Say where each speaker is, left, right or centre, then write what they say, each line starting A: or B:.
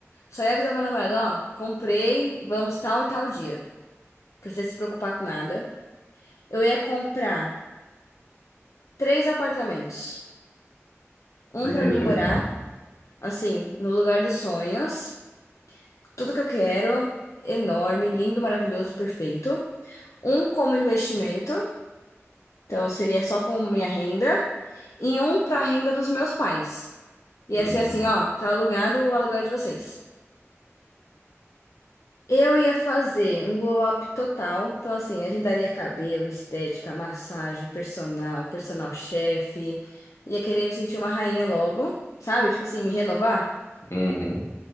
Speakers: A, on the left; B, on the left.
A: Só ia avisar meu namorado, ó, comprei, vamos tal e tal dia. Precisa se preocupar com nada. Eu ia comprar três apartamentos. Um
B: Por
A: pra
B: que
A: mim
B: três?
A: morar, assim, no lugar dos sonhos. Tudo que eu quero, enorme, lindo, maravilhoso, perfeito. Um como investimento, então seria só com minha renda, e um para a renda dos meus pais. Ia
B: Uhum.
A: ser assim, ó, tá alugado o aluguel de vocês. Eu ia fazer um glow up total. Então, assim, agendaria cabelo, estética, massagem, personal, personal chefe. Ia querer me sentir uma rainha logo, sabe? Tipo assim, me renovar.
B: Uhum.